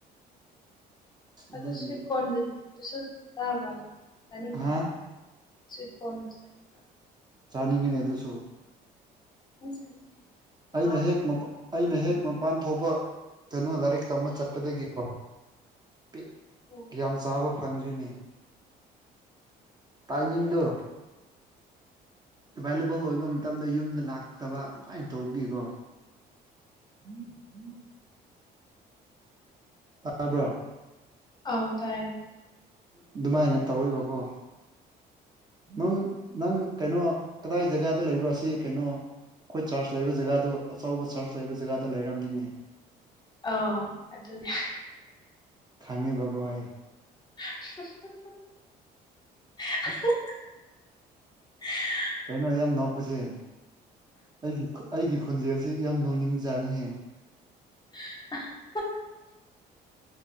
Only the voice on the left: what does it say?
ꯑꯗꯨ ꯁ꯭ꯋꯤꯠ ꯀꯣꯔꯟꯗꯤꯗꯨ ꯗꯨꯁꯨ ꯆꯥꯕ꯭ꯔ ꯆꯥꯅꯤꯡꯕ꯭ꯔ?
ꯁ꯭ꯋꯤꯠ ꯀꯣꯔꯟꯗꯨ ꯆꯥꯅꯤꯡꯕ꯭ꯔ?
ꯅꯪ ꯆꯥꯅꯤꯡꯗꯦ ꯃꯍꯥꯎꯗꯣ
ꯍꯩꯅꯗꯦ
ꯑꯣ
ꯑꯧ ꯇꯥꯏꯌꯦ
ꯑꯥꯎ ꯑꯗꯨꯅꯦ
<unintelligible>
<unintelligible>